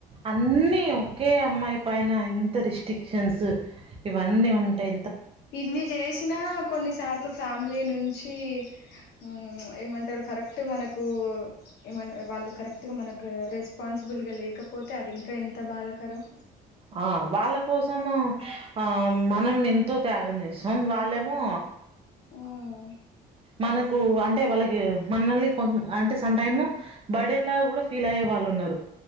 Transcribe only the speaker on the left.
ఇన్ని చేసినా కొన్నిసార్లు ఫ్యామిలీ నుంచి ఊ ఏమంటారు కరెక్ట్ మనకు ఏమంటారు వాళ్ళు కరెక్ట్ గా మనకు రెస్పాన్సిబుల్గా లేకపోతే అది ఇంకా ఎంత బాధాకరం
మ్మ్